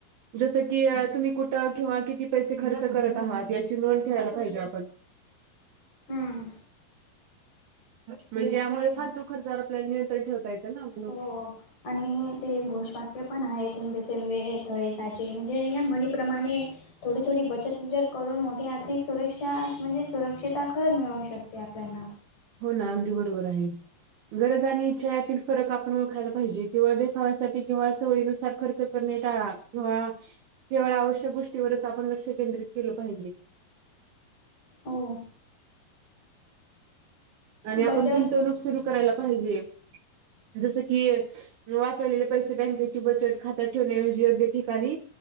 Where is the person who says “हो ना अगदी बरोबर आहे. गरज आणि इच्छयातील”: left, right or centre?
Right